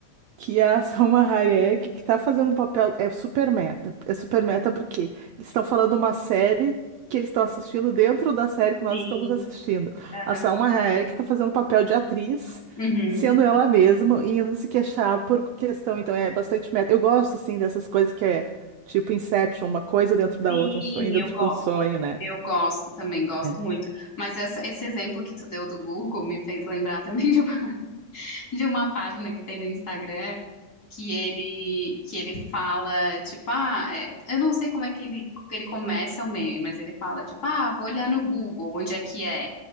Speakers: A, on the right; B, on the left.
A: que é a <laughs> Salma Hayek, que tá fazendo um papel, é super meta. É super meta porque eles estão falando uma série que eles estão assistindo dentro da série que nós
B: sim.
A: estamos assistindo.
B: Aham.
A: A Salma Hayek tá fazendo papel de atriz,
B: Uhum.
A: sendo ela mesma e indo se queixar por questão. Então é bastante meta. Eu gosto, assim, dessas coisas que é tipo Inception, uma coisa dentro da
B: Sim,
A: outra, um sonho dentro
B: eu gosto.
A: de um sonho, né?
B: Eu gosto também, gosto
A: É.
B: muito. Mas essa- esse exemplo que tu deu do Google me fez lembrar <laughs> também de uma, <laughs> de uma página que tem no Instagram que ele que ele fala, tipo, ah, é, eu não sei como é que ele, que ele começa o meme, mas ele fala, tipo, ah, vou olhar no Google, onde é que é?